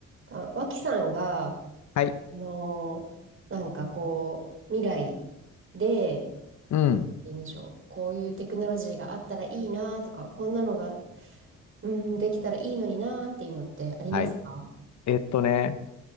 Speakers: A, on the right (about 45°); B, on the left (about 65°).
A: あ脇さんが、あ
B: はい。
A: のーなんかこう、未来で、
B: うん。
A: 言うんでしょう、こういうテクノロジーがあったらいいなとか、こんなのが、うん、できたらいいのになっていうのってありますか
B: はい。えっとね、